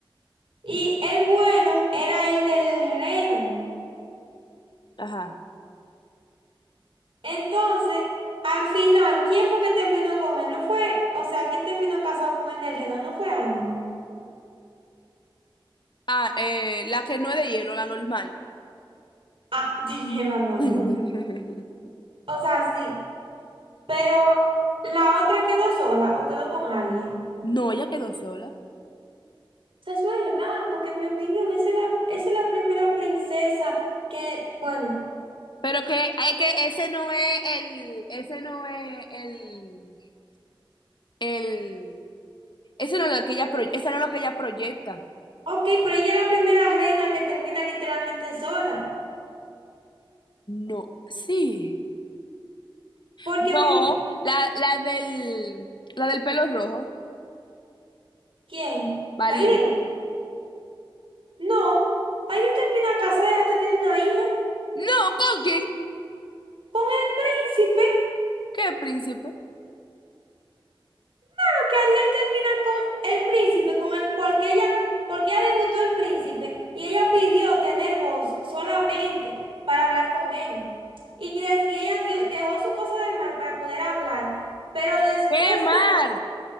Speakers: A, on the right (about 75°); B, on the left (about 60°).
A: Y el bueno era el del reno.
B: Ajá.
A: Entonces, al final, ¿quién fue que terminó con él? No fue, o sea, ¿quién terminó casado con el del reno? No fue Ana.
B: Ah, eh, la que no es de hielo, la normal.
A: Ah, <laughs> tenía la norma.
B: <laughs>
A: O sea, sí. Pero la otra quedó sola o quedó con alguien.
B: No, ella quedó sola.
A: O sea, eso es raro, porque en mi opinión, esa es la, esa es la primera princesa que, bueno,
B: Pero que, hay que ese no es el, ese no es el, el, ese no es lo que ella, pro- ese no es lo que ella proyecta.
A: ok, pero ella es la primera reina que termina literalmente sola.
B: No, sí.
A: Porque
B: No,
A: mira,
B: la, la del, la del pelo rojo,
A: ¿quién?
B: valiente.
A: ¿Ariel? No, Ariel termina casada y hasta tiene una hija
B: No, ¿con quién?
A: con el príncipe.
B: ¿Qué príncipe?
A: ¿Por qué Ariel termina con el príncipe? Con el, porque ella, porque a ella le gustó el príncipe y ella pidió tener voz solamente para hablar con él. Y, des- y ella dio- dejó su cosa del mal para poder hablar, pero después
B: ¡Qué mar!
A: de...